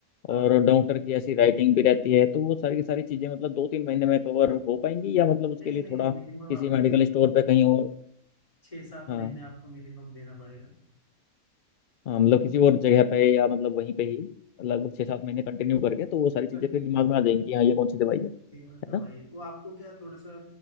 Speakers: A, on the left; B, on the left.
A: हाँ
B: और
A: हाँ
B: डॉक्टर की ऐसी राइटिंग भी रहती है तो वो सारी की सारी चीज़ें मतलब दो तीन महीने में कवर हो पाएंगी या मतलब उसके
A: नहीं
B: लिए
A: नहीं
B: थोड़ा
A: मिनिमम
B: किसी
A: आपको
B: मेडिकल स्टोर पे कहीं और
A: छः सात
B: हाँ
A: महीने आपको मिनिमम देना पड़ेगा
B: हाँ मतलब किसी और जगह पे या मतलब वहीं पे ही लगभग छः सात महीने कंटिन्यू करके तो वो सारी चीज़ें
A: कंटिन्यू
B: फिर दिमाग में आ जाएंगी कि हाँ ये कौन सी दवाई है है
A: तीन दवाई
B: ना
A: वो आपको क्या थोड़ा सा